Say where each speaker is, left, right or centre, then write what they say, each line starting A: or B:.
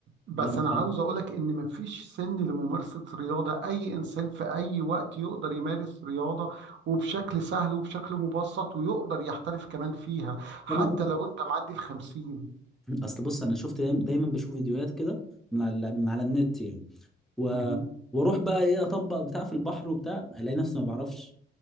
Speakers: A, on the right; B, in the centre.
A: بس
B: لو ما
A: انا
B: اتعلمتش
A: عاوز اقولك ان مفيش سن لممارسه رياضه اي انسان في اي وقت يقدر يمارس رياضه وبشكل سهل وبشكل مبسط ويقدر يحترف كمان فيها حتى
B: انا
A: لو انت معدي الخمسين
B: اصل بص انا شفت دايما دايماً بشوف فيديوهات كده من على من على النت يعني و...
A: مهم.
B: واروح بقى ايه اطبق بتاع في البحر وبتاع الاقي نفسي ما بعرفش